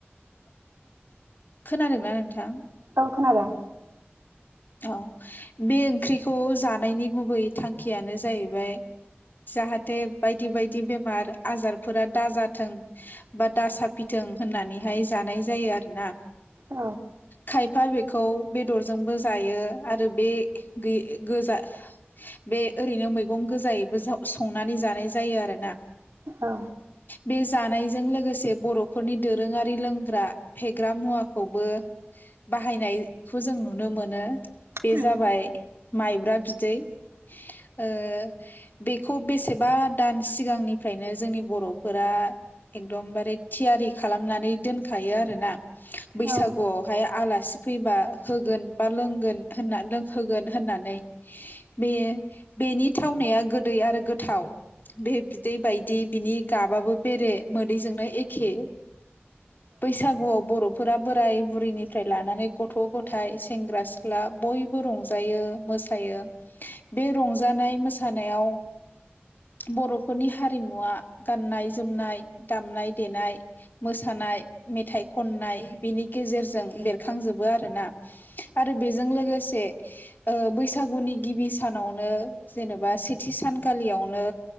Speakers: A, on the left (about 50°); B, on the right (about 80°).
A: <inaudible> खोनादोंना नोंथां
B: औ खोनादों
A: <unintelligible> औ बे ओंख्रिखौ जानायनि गुबै थांखियानो जाहैबाय जाहाथे बायदि बायदि बेमार आजारफोरा दाजाथों बा दा साफिथों ओं होननानैहाय जानाय जायो आरोना
B: औ
A: खायफा बेखौ बेदरजोंबो जायो आरो बे गै गोजा बे ओरैनो मैगं गोजायैबो जाव संनानै जानाय जायो आरोना
B: औ
A: बे जानायजों लोगोसे बरफोरनि दोरोंङारि लोंग्रा फेग्रा मुवा खौबो बाहायनायखौ जों नुनो मोनो बे
B: औ
A: जाबाय
B: औ
A: माइब्रा बिदै ओ बेखौ बेसेबा दान सिगांनिफ्रायनो जोंनि बरफोरा एकदमबारे थियारि खालामनानै दोनखायो आरोना बैसागुआवहाय
B: औ
A: आला सि फैबा होगोन बा लोंगोन होनना लोंहोगोन होननानै बे बेनि थावनाया गोदै आरो गोथाव बे बिदै बायदि बिनि गाबाबो बेरे मोदैजोंनो एखे बैसागुआव बर फोर बोराय बुरैनिफ्राय लानानै गथ--गथाइ सेंग्रा-सिख्ला बयबो रंजायो मोसायो। बे रंजानाय मोसानायाव बरफोरनि हारिमुवा गाननाय-जोमनाय दामनाय-देनाय मोसानाय नाय मेथाइ खननाय बेनि गेजेरजों बेरखांजोबो आरोना आरो बेजों लोगोसे ओ बैसागुनि गिबि सानावनो जेनेबा सेथि सानखालियावनो